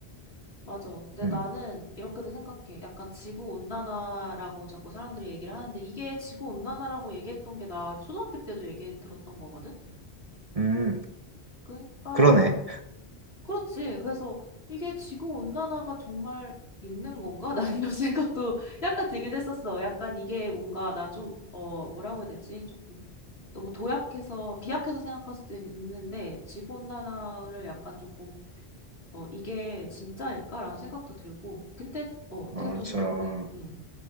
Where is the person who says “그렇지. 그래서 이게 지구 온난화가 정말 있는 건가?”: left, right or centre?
Left